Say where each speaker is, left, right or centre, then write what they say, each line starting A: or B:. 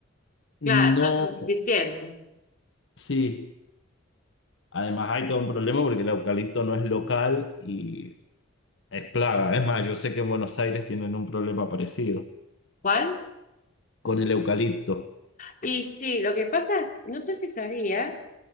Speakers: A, on the left; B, on the left.
A: no,
B: Claro, no es suficiente.
A: sí. Además hay todo un problema porque el eucalipto no es local y es plaga. Es más, yo sé que en Buenos Aires tienen un problema parecido
B: ¿Cuál?
A: con el eucalipto.
B: Y sí, lo que pasa, no sé si sabías